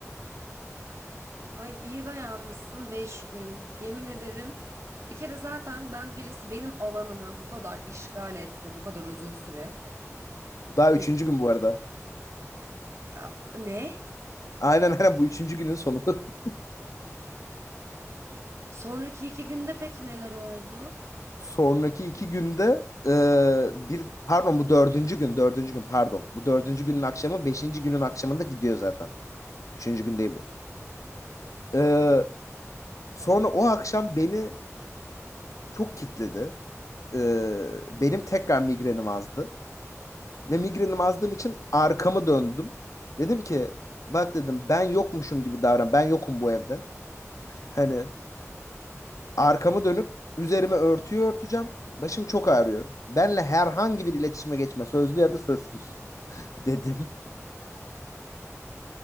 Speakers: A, on the right (about 60°); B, on the left (about 75°).
A: Ay iyi dayanmışsın 5 gün. Yemin ederim. Bir kere zaten ben birisi benim alanımı bu kadar işgal etse bu kadar uzun süre.
B: Bu daha
A: Hani,
B: üçüncü gün bu arada.
A: a- ne?
B: Aynen aynen bu üçüncü günün sonu. <laughs>
A: Sonraki iki günde peki neler oldu?
B: Sonraki iki günde e, bir pardon bu dördüncü gün dördüncü gün pardon bu dördüncü günün akşamı beşinci günün akşamında gidiyor zaten. Üçüncü gün değil bu. E, sonra o akşam beni çok kitledi. E, benim tekrar migrenim azdı ve migrenim azdığım için arkamı döndüm. Dedim ki bak dedim ben yokmuşum gibi davran ben yokum bu evde. Hani arkamı dönüp üzerime örtüyü örteceğim. Başım çok ağrıyor. Benle herhangi bir iletişime geçme sözlü ya da sözsüz. dedim.